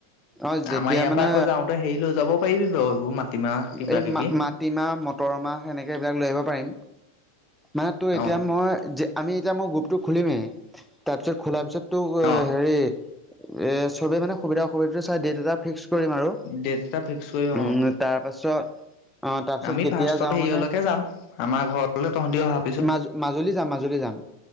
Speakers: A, in the centre; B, on the left (about 40°).
A: অ যেতিয়া
B: আমাৰ ইয়াৰ
A: মানে
B: পৰা আকৌ যাওঁতে হেৰি লৈ যাব পাৰিবি বাৰু এইবোৰ মাটিমাহ কিবা
A: এই
B: কিবি।
A: মা মাটিমাহ মটৰ মাহ সেনেকৈ এইবিলাক লৈ আহিব পাৰিম, মানে তোৰ এতিয়া
B: অ
A: মই যে আমি এতিয়া মই গ্ৰুপটো খুলিমেই, তাৰপিছত খোলাৰ পিছত ত
B: অ
A: হেৰি এ চবে মানে সুবিধা অসুবিধাটো চাই ডেট এটা ফিক্স কৰিম আৰু।
B: ডেট এটা ফিক্স কৰিম
A: উম
B: অহ।
A: তাৰপাছত অ তাৰপিছত
B: আমি
A: কেতিয়া
B: ফাৰ্ষ্টত
A: যাওঁ
B: হেৰিয়লকে
A: মানে
B: যাম আমাৰ ঘৰলৈ তহঁতি অহা
A: মাজু মাজুলী যাম মাজুলী যাম,